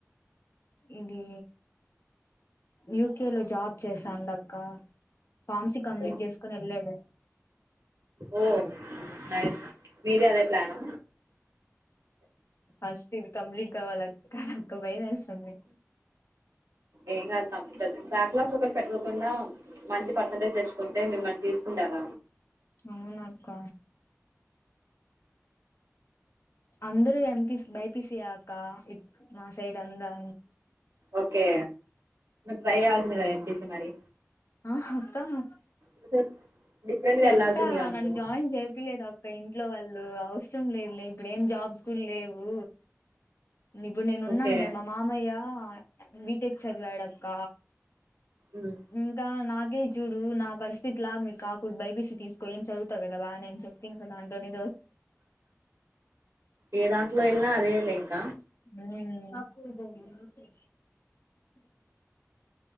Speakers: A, on the left (about 60°); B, on the right (about 80°).
A: ఇది యూకేలో జాబ్ చేసాం అక్క ఫార్మ్సీ
B: ఓకే
A: కంప్లీట్ చేసుకుని వెళ్ళాడు.
B: ఓ నైస్ మీద అదే ప్లానా
A: అస్ ఇది కంప్లీట్ కావాలక్క బయ సడి
B: ఏం కాదు సంం బ్యాక్లాగ్స్ ఒకటి పెట్టుకోకుండా. మంచి పర్సెంటేజ్ తెచ్చుకుంటే మిమ్మల్ని తీసు. ఉంటద
A: అవునాక్క అందరు ఎంపీ బైపిసియా అక్క మా సైడ్ అందా
B: ఓకే ట్రై అవాల్సిందిదా ఎంపిసి మరి
A: ఆ అక్కమ్మా
B: <unintelligible>
A: చెప్తా
B: వెళ్లాల్సిందిగా
A: నన్ను
B: నువ్వు
A: జాయిన్ చేసింది ఆ ఫ్రెండ్ ఇట్లో వాళ్ళు అవసరం లేదు లే ఇప్పుడు ఏం జాబ్స్ కూడా లేవు ఇప్పుడు నేను ఉన్నాను
B: ఓకే
A: కదా మా మామయ్య బీటెక్ చదివాడక్క
B: ఉమ్
A: ఇంకా నా చూడు నా పరిస్థితి లాగా మీకు కాకు ఇప్పు బైపిసి తీసుకో ఏ చదుతా కదా నే చెప్ప ఇంకా దాట్లోనే
B: ఏ దాంట్లో ఎ అల్ంక
A: హమ్